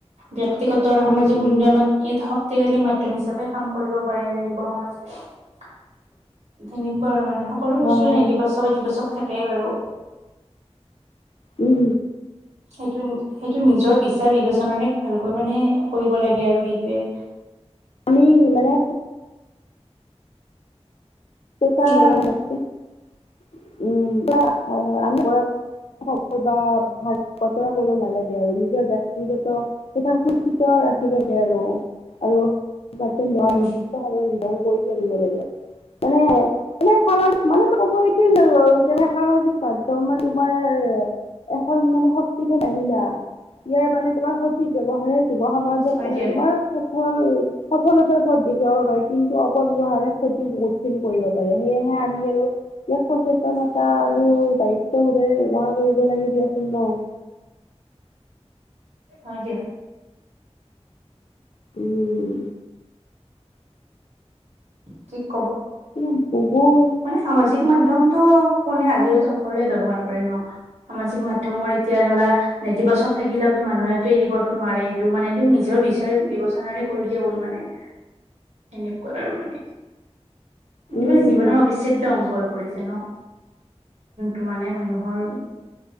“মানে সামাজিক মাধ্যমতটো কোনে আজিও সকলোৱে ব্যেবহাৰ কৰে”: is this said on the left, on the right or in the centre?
Right